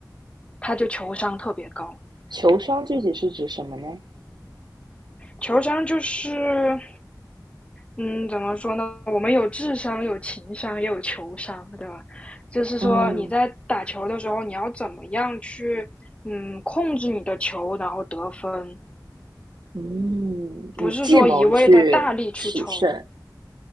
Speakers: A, on the left (about 15°); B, on the right (about 80°).
A: 他就球商特别高。
B: 球商具体是指什么呢？
A: 球商就是，嗯，怎么说呢？我们有智商，有情商，也有球商，对吧？就是说你在打球的时候，
B: 嗯
A: 你要怎么样去，嗯，控制你的球，然后得分，
B: 嗯，
A: 不是说一味的大力去抽。
B: 以计谋去取胜。哎